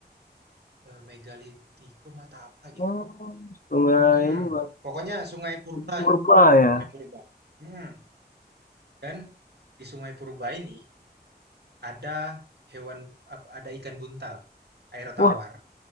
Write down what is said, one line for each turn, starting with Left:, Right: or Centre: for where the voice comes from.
Right: eh, megalitikum atau apa
Left: oh,
Right: gitu.
Left: sungai
Right: Hmm,
Left: ini, bang,
Right: Pokoknya sungai purba
Left: purba
Right: gitu,
Left: ya.
Right: sungai purba. Hmm, Dan di sungai purba ini ada hewan ap- ada ikan buntal, air tawar.
Left: Wah,